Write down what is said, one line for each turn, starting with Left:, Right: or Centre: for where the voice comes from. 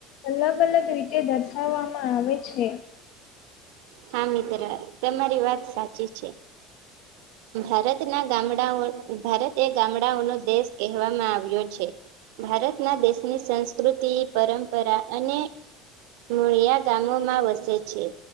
Left: અલગ અલગ રીતે દર્શાવવામાં આવે છે
Right: હા, મિત્ર તમારી વાત સાચી છે ભારતના ગામડાઓ ભારત એ ગામડાઓનો દેશ કહેવામાં આવ્યો છે ભારતના દેશની સંસ્કૃતિ, પરંપરા અને મૂળિયા ગામોમાં વસે છે